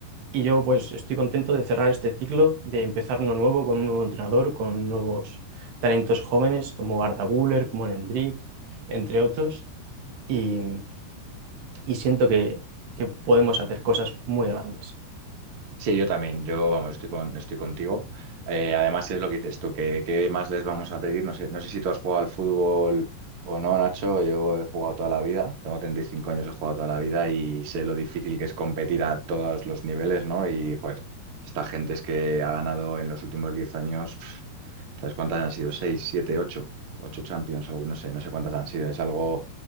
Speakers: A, on the right; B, on the right.
A: Y yo pues estoy contento de cerrar este ciclo, de empezar uno nuevo con un nuevo entrenador, con nuevos talentos jóvenes como Arda Güler, como Hendrik, entre otros, y, y siento que, que podemos hacer cosas muy grandes.
B: Sí, yo también, yo vamos, estoy con, estoy contigo. Eh, además es lo que dices tú, que qué más les vamos a pedir. No sé, no sé si tú has jugado al fútbol o no, Nacho. Yo he jugado toda la vida, tengo 35 años, he jugado toda la vida y sé lo difícil que es competir a todos los niveles, ¿no? Y joder, esta gente es que ha ganado en los últimos 10 años, pf, ¿sabes cuántas han sido? ¿Seis, siete, ocho? Ocho Champions, algo, no sé, no sé cuántas han sido. Es algo